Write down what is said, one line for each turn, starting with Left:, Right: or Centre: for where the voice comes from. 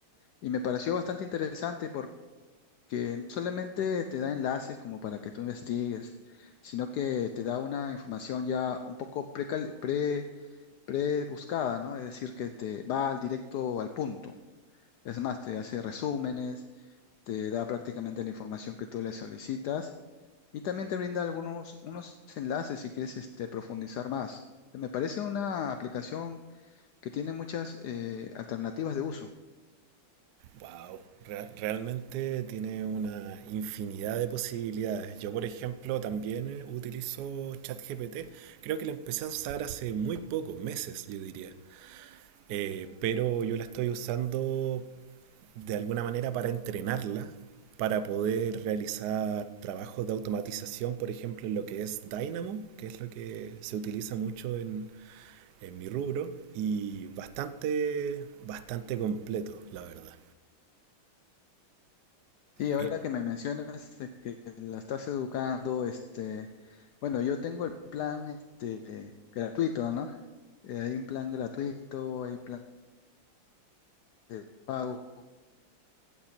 Left: y me pareció bastante interesante porque no solamente te da enlaces como para que tú investigues, sino que te da una información ya un poco precal- pre, pre-buscada, ¿no? Es decir, que te va al directo al punto. Es más, te hace resúmenes te da prácticamente la información que tú le solicitas y también te brinda algunos unos enlaces si quieres este, profundizar más. Me parece una aplicación que tiene muchas eh, alternativas de uso.
Right: Wow, realmente tiene una infinidad de posibilidades. Yo, por ejemplo, también eh, utilizo ChatGPT. Creo que la empecé a usar hace muy poco, meses, yo diría. Eh, pero yo la estoy usando de alguna manera para entrenarla, para poder realizar trabajos de automatización, por ejemplo, en lo que es Dynamo, que es lo que se utiliza mucho en, en mi rubro, y bastante, bastante completo, la verdad.
Left: Sí, ahora
Right: Eh,
Left: que me mencionas eh, que la estás educando, este, bueno, yo tengo el plan este, gratuito, ¿no? Eh, hay un plan gratuito, hay plan de pago.